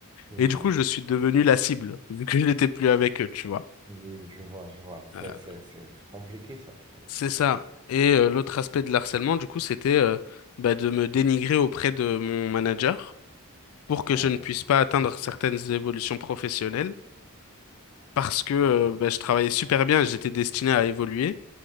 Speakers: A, on the right (about 20°); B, on the left (about 70°).
A: oui,
B: Et du coup, je suis devenu la cible, <laughs> vu que je n'étais plus avec eux, tu vois.
A: oui, je vois, je vois. C'est,
B: Euh,
A: c'est, c'est compliqué, ça. C'est-
B: c'est ça. Et euh, l'autre aspect de l'harcèlement, du coup, c'était euh, bah, de me dénigrer auprès de mon manager pour que
A: Ouais,
B: je ne puisse pas atteindre certaines évolutions professionnelles parce que euh,
A: ouais.
B: bah, je travaillais super bien et j'étais destiné à évoluer.